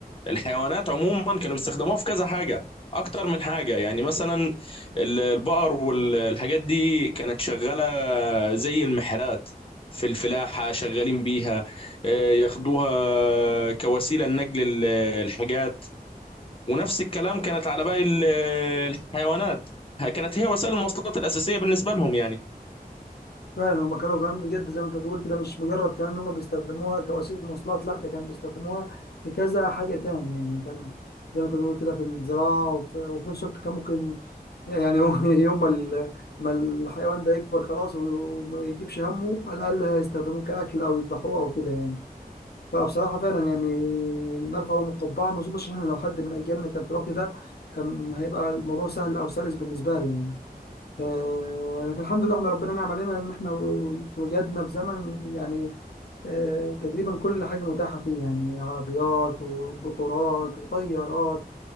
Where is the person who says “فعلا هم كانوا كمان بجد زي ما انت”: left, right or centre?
Left